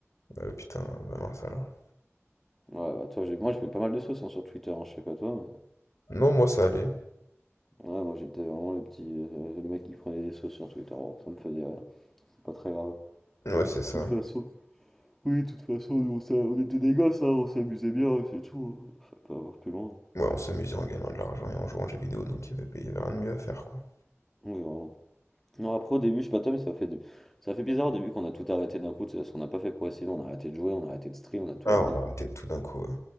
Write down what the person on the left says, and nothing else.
Euh, putain, bah mince, alors.
Non, moi, ça allait.
Ouais, c'est ça.
Ouais, on s'amusait en gagnant de l'argent et en jouant aux jeux vidéo, donc il y avait, il y avait rien de mieux à faire, quoi.
Ah,
on
a
arrêté
tout d'un coup, ouais.